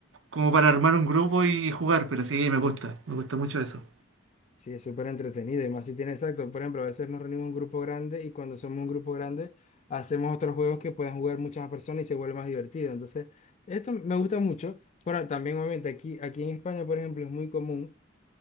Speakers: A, on the right; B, on the left.
A: como para armar un grupo y jugar, pero sí, me gusta, me gusta mucho eso.
B: Sí, es súper entretenido y más si tiene exacto. Por ejemplo, a veces nos reunimos un grupo grande y cuando somos un grupo grande hacemos otros juegos que pueden jugar muchas más personas y se vuelve más divertido. Entonces, esto me gusta mucho. Pero también, obviamente, aquí, aquí en España, por ejemplo, es muy común.